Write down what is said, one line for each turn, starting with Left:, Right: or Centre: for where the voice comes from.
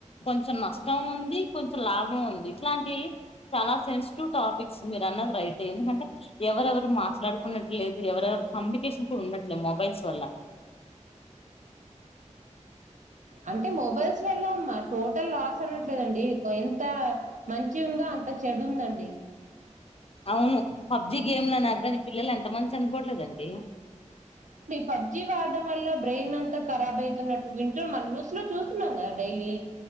Left: కొంచెం నష్టం ఉంది. కొంచెం లాభం ఉంది ఇట్లాంటి చాలా సెన్సిటివ్ టాపిక్స్ మీరు అన్నది రైట్ ఎందుకంటే ఎవరెవరు మాట్లాడుకున్నట్లేదు ఎవరెవ కమ్యూనికేషన్ కూడా ఉండట్లేదు మొబైల్స్ వల్ల.
Right: అంటే మొబైల్స్ వల్ల మ టోటల్ లాస్ అనట్లేదండి ఎంత మంచి ఉందో అంత చెడు ఉందండి.
Left: అవును. పబ్జి గేమ్లని అద్వానీ పిల్లలన్ ఎంతమంది చనిపోవట్లేదండి.
Right: పబ్జీ వాడడం వల్ల బ్రెయిన్ అంతా కరాబ్ అయితున్నట్టు వింటూ మన న్యూస్ లో చూస్తున్నాం కదా డైలీ.